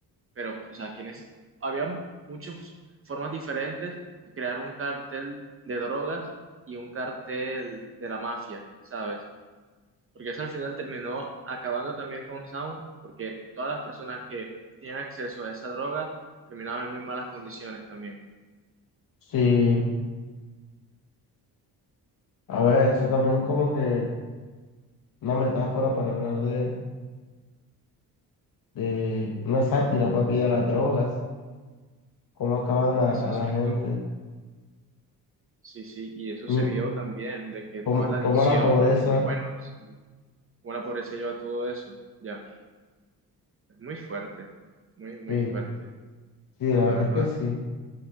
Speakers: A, on the right; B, on the left.
A: pero, o sea, quienes, había muchas formas diferentes de crear un cartel de drogas y un cartel de la mafia, ¿sabes? porque eso al final terminó acabando también con Sound, porque todas las personas que tienen acceso a esa droga terminaban en muy malas condiciones también.
B: sí, a ver, eso también como que una metáfora para hablar de, de una sátira, papi, de las drogas, cómo acaban a,
A: Eso
B: a
A: es
B: la
A: cierto.
B: gente,
A: Sí, sí, y eso
B: y
A: se vio también, de que
B: cómo,
A: toda la adicción,
B: cómo la pobreza,
A: de que, bueno, sí, cómo la pobreza lleva todo eso, ya. Es muy fuerte, muy, muy
B: sí,
A: fuerte,
B: sí, la
A: la
B: verdad
A: verdad.
B: es que sí.